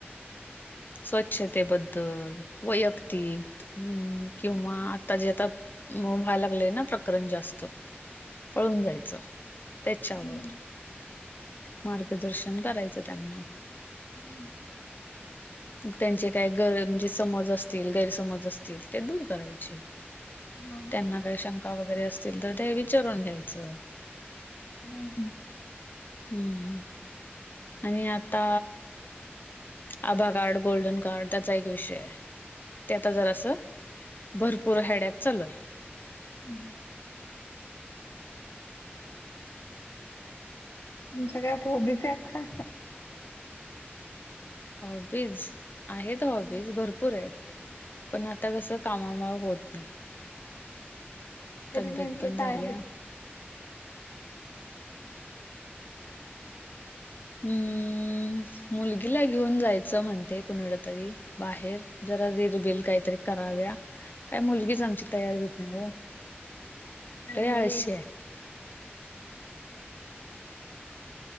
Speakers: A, on the left; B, on the left.
A: स्वच्छतेबद्दल वैयक्तिक हम्म किंवा
B: हं, हं.
A: आता जे आता मऊ व्हाय लागलंय ना प्रकरण जास्त, पळून जायचं त्याच्यावर
B: हं,
A: मार्गदर्शन करायचं त्यांना.
B: हम्म
A: त्यांचे काय गर म्हणजे समज असतील, गैरसमज असतील ते दूर करायचे.
B: हां, हां.
A: त्यांना काही शंका वगैरे असतील तर ते विचारून घ्यायचं.
B: हम्म हम्म
A: हम्म हम्म, आणि आता आभा कार्ड, गोल्डन कार्ड त्याचा एक विषय आहे. ते आता जरासं, भरपूर हेडअँक चालूय.
B: हम्म तुमच्या काय हॉबीज आहेत का?
A: हॉबीज, आहेत
B: हं.
A: हॉबीज भरपूर आहेत. पण आता कसं कामामुळे होत नाही.
B: तरी
A: तब्येत
B: नेमके
A: पण झाल्या.
B: काय आहेत?
A: हम्म मुलगीला घेऊन जायचं म्हणते कुणीकड तरी. बाहेर, जरा रिलबिल काहीतरी कराव्या. काय मुलगीच
B: हो,
A: आमची तयार होत नाही हो,
B: होय,
A: लय
B: होय.
A: आळशी आहे.